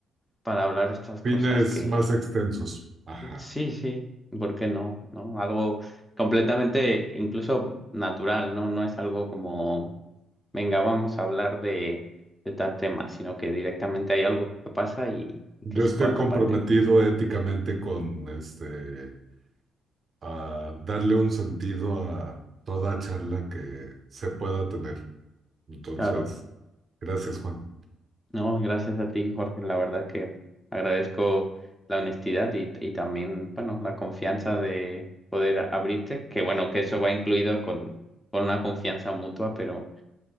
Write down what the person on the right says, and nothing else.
Fines
más extensos. Ajá.
Yo
estoy
comprometido
éticamente con este, a darle un sentido a toda charla que se pueda tener. Entonces,
gracias, Juan.